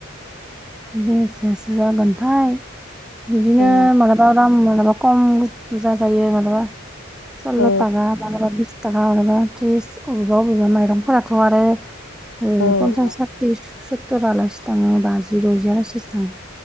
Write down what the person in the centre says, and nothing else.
बेसेसो जागोनथाय बिदिनो
मालाबा दाम मालाबा खम बुजा जायो मानलाबा सल्ल'
थाखा बिस थाखा मालाबा त्रिस अबेबा अबेबा माइरंफोराथ' आरो ओ
पन्सास सा थि सत्तरालासि थाङो बाजि द'जि आलासिसो थाङो।